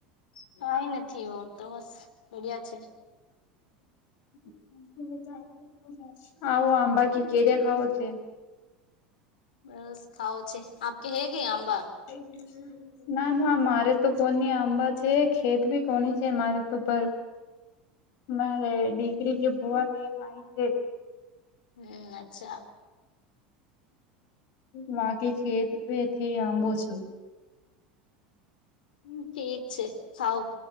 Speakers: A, on the left (about 85°); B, on the left (about 65°).
A: કઈ નથી હો તો, બસ બઢિયા છે.
B: <inaudible> આવો આંબાકી કે દે ખાવો છે.
A: બસ ખાઓ છે, આપ કે હૈ કે આંબા?
B: <unintelligible> ના ના મારે તો કોની આંબા છે ખેત બી કોની છે મારે તો પર. મારે ડિગ્રી કે ભોવા એન આવી છે.
A: હમ્મ, અચ્છા.
B: બાકી ખેત પે થી આંબો છે.
A: હમ્મ, ઠીક છે ખાવ